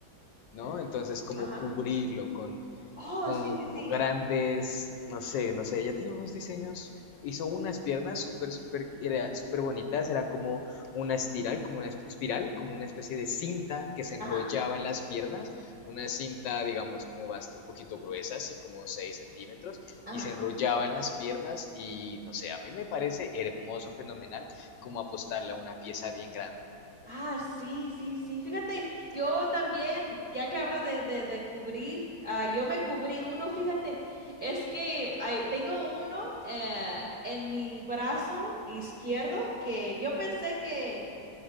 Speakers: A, on the left (about 75°); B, on the right (about 40°).
A: ¿no?
B: en
A: Entonces,
B: Over.
A: como
B: Ajá,
A: cubrirlo con,
B: Oh,
A: como,
B: sí, sí,
A: como
B: sí.
A: grandes, no sé, no sé, ella tiene unos diseños, hizo unas piernas súper, súper, era súper bonitas, era como una espiral, como una esp- espiral, como una especie de cinta que se enrollaba
B: ajá,
A: en las piernas, una cinta, digamos, como bast- un poquito gruesa, así como 6 centímetros,
B: ajá.
A: y se enrollaba en las piernas y, no sé, a mí me parece hermoso, fenomenal, como apostarle a una pieza bien grande.
B: Ah, sí, sí, sí. Fíjate, yo también, ya que hablas de, de, de cubrir, ah, yo me cubrí uno, fíjate, es que hay- tengo uno eh, en mi brazo izquierdo que yo pensé que,